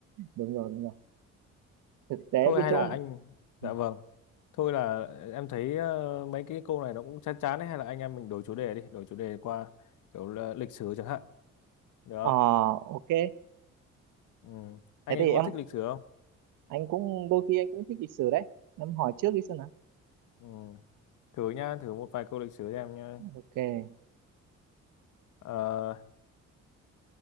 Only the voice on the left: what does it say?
thôi
hay
là anh dạ
vâng thôi là ờ, em thấy ờ, mấy cái câu này nó cũng chán chán ấy hay là anh em mình đổi chủ đề đi đổi chủ đề qua kiểu là lịch sử chẳng hạn được không
ừ. anh
ấy
có
thích lịch sử không
ừ. thử nhá thử một vài câu lịch sử cho em nhá
Ờ,